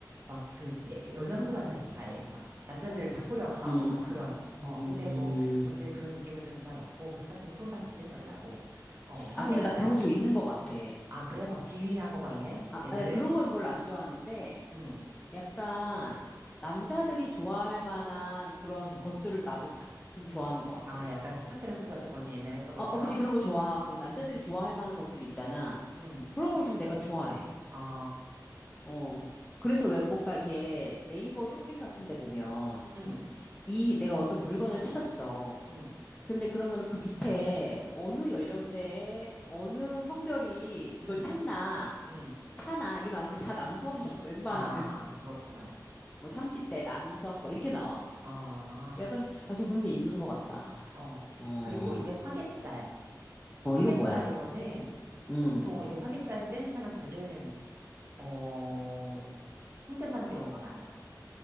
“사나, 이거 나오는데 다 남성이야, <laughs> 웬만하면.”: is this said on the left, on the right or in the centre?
Left